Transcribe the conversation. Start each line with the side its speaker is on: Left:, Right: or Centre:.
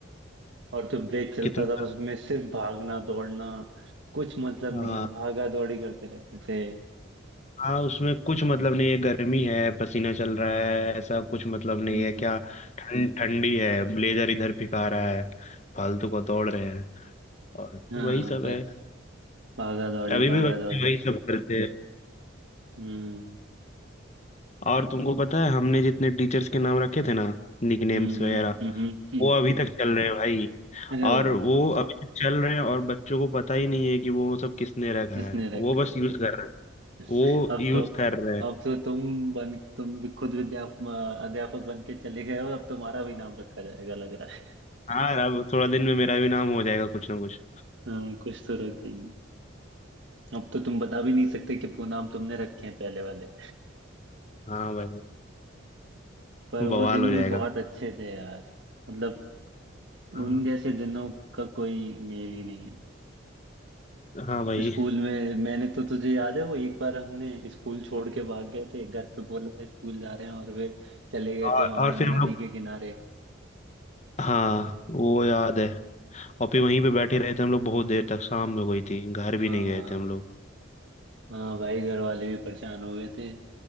Right: और जो ब्रेक चलता
Left: कितना
Right: था उसमें सिर्फ भागना दौड़ना कुछ मतलब
Left: हाँ
Right: नहीं है भागा दौड़ी करते रहते थे
Left: हाँ उसमें कुछ मतलब नहीं है गर्मी है पसीना चल रहा है ऐसा कुछ मतलब नहीं
Right: हम्म
Left: है क्या ठंड ठंडी है ब्लेजर इधर फिका रहा है फालतू को तोड़ रहे हैं और
Right: हाँ
Left: वही सब
Right: बस
Left: है
Right: भागा दौड़ी
Left: अभी
Right: भागा
Left: भी बच्चे
Right: दौड़ी
Left: वही सब करते हैं
Right: हम्म
Left: और तुमको पता है हमने जितने टीचर्स के नाम रखे थे ना निकनेम्स
Right: हम्म
Left: वगैरह
Right: हम्म हम्म
Left: वो
Right: <laughs>
Left: अभी तक हम्म चल रहे हैं भाई
Right: अरे ओ
Left: और
Right: भाई
Left: वो अभी तक चल रहे हैं और बच्चों को पता ही नहीं है कि वो सब किसने रखा
Right: किसने
Left: है वो
Right: रखा
Left: बस
Right: था
Left: यूज कर रहे हैं वो
Right: <laughs> अब
Left: यूज
Right: तो
Left: कर रहे हैं
Right: अब तो तुम बन तुम भी खुद विद्याप अध्यापक बन के चले गए हो अब तुम्हारा भी नाम रखा जाएगा लग रहा है
Left: हाँ अब थोड़ा दिन में मेरा भी नाम हो जाएगा कुछ ना कुछ
Right: <laughs> हाँ कुछ तो रख देंगे अब तो तुम बता भी नहीं सकते कि वो नाम तुमने रखे हैं पहले वाले
Left: हाँ भाई
Right: पर वो
Left: बवाल
Right: दिन
Left: हो
Right: भी
Left: जाएगा
Right: बहुत अच्छे थे यार मतलब
Left: हाँ
Right: उन जैसे दिनों का कोई मेल ही नहीं है
Left: हाँ भाई
Right: स्कूल में मैंने तो तुझे याद है वो एक बार हमने स्कूल छोड़ के भाग गए थे घर पे बोला था स्कूल जा रहे हैं और फिर चले गए
Left: और
Right: थे वहां
Left: और फिर
Right: नदी
Left: हम लोग
Right: के किनारे
Left: हाँ वो याद है और फिर वहीं पे बैठे रहे थे हम लोग बहुत देर तक शाम हो गई थी घर भी
Right: हाँ
Left: नहीं गए थे हम लोग
Right: हाँ भाई घर वाले भी परेशान हो गए थे